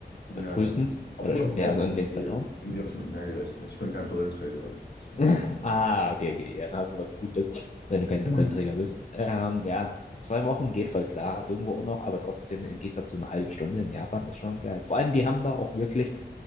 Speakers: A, on the left; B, on the left.
A: Ja,
B: äh, frühestens,
A: ja. Obwohl
B: oder sch-
A: das auch
B: ja, so in dem
A: geht.
B: Zeitraum.
A: Irgendwie habe ich mit mehr gerechnet. Ich bin kein Brillenträger. Deswegen.
B: <laughs> Ah, okay, okay, ja, da hast du was Gutes, wenn du kein
A: <laughs>
B: Brillenträger bist. Ähm, ja, zwei Wochen geht voll klar, irgendwo auch noch, aber trotzdem im Gegensatz zu einer halben Stunde in Japan ist schon geil. Vor allem, die haben da auch wirklich